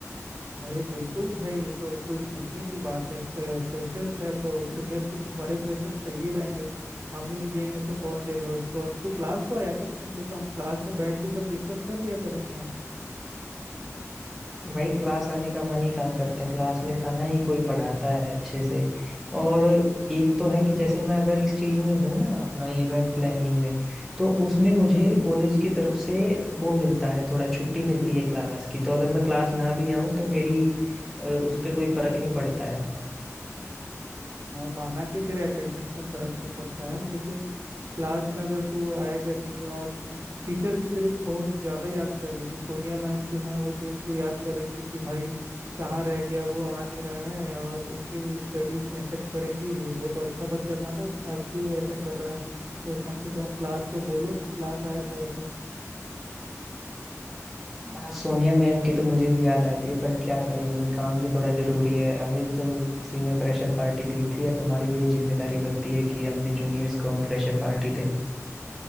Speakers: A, on the right; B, in the centre.
A: अरे बिल्कुल भाई ये तो कोई पूछने की बात है फ्रे, फ्रेशर्स है तो जूनियर्स को तो सारे फ्रेशर्स चाहिए रहेंगे हम ही नहीं देंगे तो कौन देगा उसको और तू क्लास तो आया कर कम से कम क्लास में बैठ के सब डिस्कस कर लिया करेंगे हम
B: भाई क्लास आने का मन ही कहाँ करता है क्लास में कहाँ ही कोई पढ़ाता है अच्छे से और एक तो है कि जैसे मैं अगर इस चीज में हूँ ना अपना इवेंट प्लानिंग में तो उसमें मुझे कॉलेज की तरफ से वो मिलता है थोड़ा छुट्टी मिलती है क्लास की तो अगर मैं क्लास ना भी आऊँ तो मेरी अ, उस पे कोई फर्क नहीं पड़ता है
A: हाँ माना कि तेरे अटेंडेंस में फर्क नहीं पड़ता है लेकिन क्लास में अगर तू आएगा नहीं और टीचर भी तेरे को बहुत ज्यादा याद कर रही थी सोनिया मैम जो है वो तुमको याद कर रही थी कि भाई कहाँ रह गया वो आ नहीं रहा है और उसकी भी स्टडीज में इफेक्ट पड़ेंगी वो तो अच्छा बच्चा था ना अब क्यों ऐसा कर रहा है तो कम से कम क्लास को बोलो कि क्लास आए वो ऐसा
B: यार सोनिया मैम की तो मुझे भी याद आती है पर क्या करें अभी काम भी थोड़ा जरूरी है हमें भी तो किसी ने फ्रेशर पार्टी दी थी अब हमारी भी ये जिम्मेदारी बनती है कि हम अपने जूनियर्स को हम फ्रेशर पार्टी दें